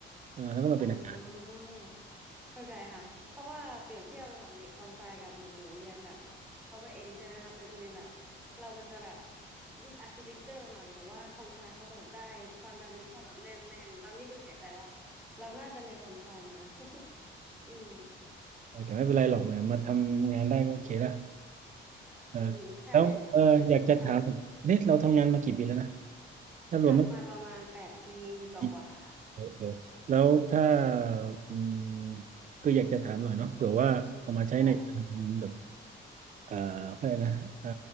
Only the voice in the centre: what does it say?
อ๋อเข้าใจค่ะเพราะว่าเปรียบเทียบระหว่างเด็กคอมไซกับเหมือนหนูเรียนแบบซอฟต์แวร์เอนใช่ไหมคะมันจะเป็นแบบเรามันจะแบบอาร์ติเทคเจอร์หน่อยแต่ว่าคอมไซเขาจะแบบได้ฟันดาเมนทัลแบบแน่นแน่นตอนนี้คือเสียใจว่าเราน่าจะเรียนคอมไซมา <laughs> อืม
อืมใช่ค่ะค่ะ
ทำมาประมาณแปดปีกว่าๆค่ะ
ได้